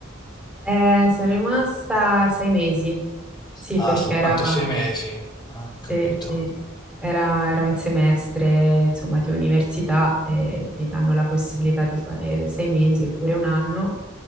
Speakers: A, in the centre; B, on the left.
A: eh, sono rimasta sei mesi, sì,
B: Ah,
A: perché
B: soltanto
A: era...
B: sei mesi. Ah, ho
A: Sì,
B: capito.
A: sì, era, era un semestre, insomma, di università e ti danno la possibilità di fare sei mesi oppure un anno